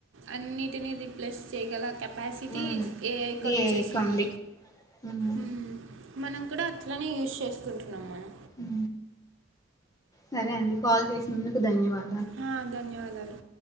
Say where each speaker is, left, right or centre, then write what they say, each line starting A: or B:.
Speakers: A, on the right; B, on the left.
A: అన్నిటిని రిప్లేస్ చేయగల కెపాసిటీ
B: ఉమ్
A: ఏఐకి వచ్చేసింది
B: ఏకండి ఉమ్
A: ఉ మనం కూడా అట్లనే యూజ్ చేసుకుంటున్నాం మనీ
B: ఉ సరే అండి కాల్ చేసినందుకు ధన్యవాద
A: హా ధన్యవాదాలు